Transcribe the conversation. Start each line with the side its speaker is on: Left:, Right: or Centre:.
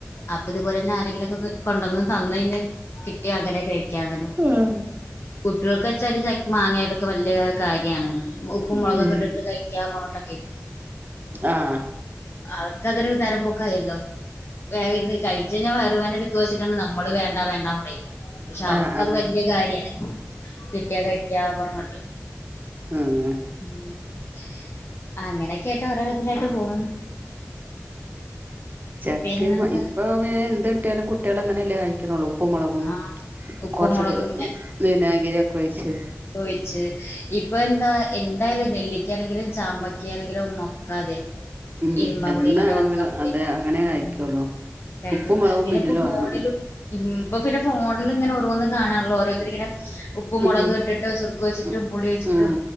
Left: അപ്പൊ ഇതുപോലെന്നെ ആരെങ്കിലൊക്കെ കൊണ്ടുവന്ന് തന്ന് കഴിഞ്ഞാൽ കിട്ടിയാ അങ്ങനെ കഴിക്കാന്നല്ലോ
Right: ഉം ആഹ്
Left: കുട്ട്യൾക്കെച്ചാല് ച മാങ്ങയോട് ക്കെ വല്ല്യ കാര്യണെയ്നും ഉപ്പും
Right: ഉം
Left: മുളകൊക്കെ ഇട്ടിട്ട് കഴിക്കാ പറഞ്ഞിട്ടൊക്കെയ്
Right: ആഹ്
Left: അവർക്കതൊരു നേരം പോക്കായല്ലോ? വേഗം ഇര്ന്ന് കഴിച്ചഴിഞ്ഞാ വയറു വേദന എടുക്കോച്ചിട്ടാണ് നമ്മള് വേണ്ട വേണ്ടാ പറയും പക്ഷേ
Right: ആഹ്
Left: അവർക്കത്
Right: ആഹ്
Left: വല്ല്യ കാര്യണ് കിട്ടിയാ കഴിക്കാ പർഞ്ഞ്
Right: ഉം
Left: ഉം അങ്ങനെയൊക്കെയായിട്ട് ഓരോരുതിലായിട്ട് പോന്ന്.
Right: ചക്കിം
Left: പിന്നെന്താ
Right: ഇപ്പൊ എന്ത് കിട്ടിയാലും കുട്ട്യാളങ്ങനെ അല്ലേ കഴിക്കണള്ളൂ ഉപ്പും മുളകും
Left: ആഹ് ഉപ്പും
Right: കൊർച്ചൊക്കെ
Left: മുളകും
Right: വിനാകിരിയൊക്കെ ഒഴിച്ച്.
Left: ഒഴിച്ച് ഇപ്പൊ എന്താ എന്തായാലും നെല്ലിക്ക ആണെങ്കിലും ചാമ്പക്ക ആണെങ്കിലും ഒക്കതേ
Right: ഉം
Left: ഇരുമ്പാമ്പുളി
Right: എന്താണെങ്കിലും
Left: മറ്റേ ഓർക്കാപ്പുളിയൊക്കെ
Right: അതെ അങ്ങനെ കഴിക്കുള്ളൂ
Left: ഉം കഴിക്കും
Right: ഉപ്പും മുളകും
Left: പിന്നെ
Right: മുന്നിൽ
Left: ഇപ്പൊ ഫോണിലും
Right: വേണം
Left: ഇമ് ഇപ്പൊ പിന്നെ ഫോൺലിങ്ങനെ ഓരോന്ന് കാണാണല്ലോ ഓരോത്തരി ഇങ്ങനെ ഉപ്പ് മുളക്
Right: ഉം
Left: ഇട്ടിട്ട് സുർക്ക ഒഴിച്ചിട്ടും
Right: ഉം
Left: പുളി ഒഴിച്ചിട്ടും
Right: ഉം